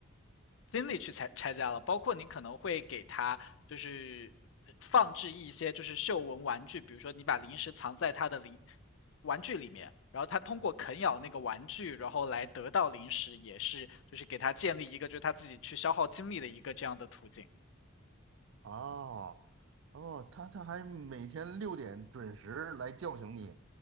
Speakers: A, on the left; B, on the right.
A: 精力去拆拆家了。包括你可能会给他就是放置一些就是嗅闻玩具，比如说你把零食藏在他的零玩具里面，然后他通过啃咬那个玩具，然后来得到零食，也是就是给他建立一个就是他自己去消耗精力的一个这样的途径。
B: 哦哦，它它还每天六点准时来叫醒你，